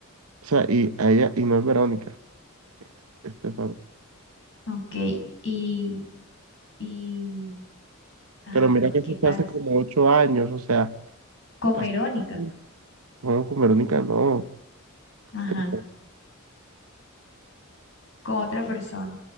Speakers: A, on the right; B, on the left.
A: O sea, y a ella, y no es Verónica, Estefan.
B: Ok, y, y, ajá,
A: Pero
B: pero
A: mira que eso
B: ¿qué pasa
A: fue hace como ocho años, o sea,
B: con
A: hace
B: Verónica?
A: mucho tiempo. No, con Verónica no,
B: Ajá,
A: Estefan.
B: con otra persona.